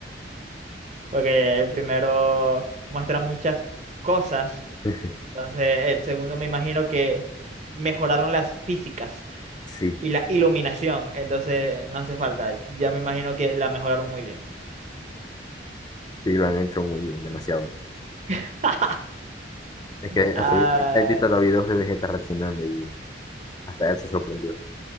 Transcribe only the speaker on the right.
Porque el primero muestra muchas cosas.
Entonces, el segundo me imagino que mejoraron las físicas.
y la iluminación. Entonces no hace falta. Ya me imagino que la mejoraron muy bien.
<laughs>
Ah,